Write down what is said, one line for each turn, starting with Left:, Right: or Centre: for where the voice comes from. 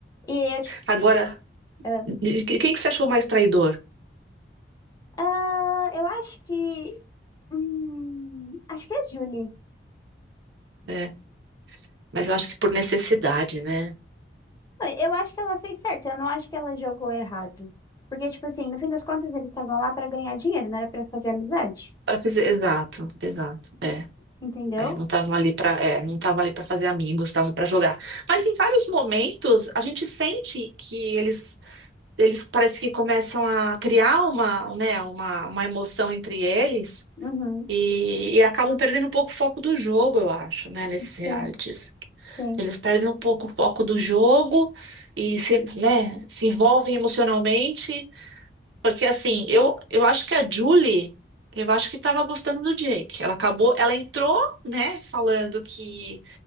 Left: E eu, tipo,
Right: Agora,
Left: é.
Right: de- de- quem que você achou mais traidor?
Left: Ah, eu acho que. hum, acho que é a Julie.
Right: É. Mas eu acho que por necessidade, né?
Left: Eu acho que ela fez certo, eu não acho que ela jogou errado. Porque, tipo assim, no fim das contas, eles estavam lá pra ganhar dinheiro, não era pra fazer amizade.
Right: Para fazer, exato, exato. É,
Left: Entendeu?
Right: é, não estavam ali para, é, não estavam ali para fazer amigos, estavam para jogar. Mas em vários momentos a gente sente que eles, eles parece que começam a criar uma, né, uma, uma emoção entre eles
Left: Uhum.
Right: e, e acabam perdendo um pouco o foco do jogo, eu acho, né, nesses
Left: Sim,
Right: realities.
Left: sim.
Right: Eles perdem um pouco o foco do jogo e se, né, se envolvem emocionalmente. Porque assim, eu, eu acho que a Julie, eu acho que tava gostando do Jake. Ela acabou, ela entrou, né, falando que,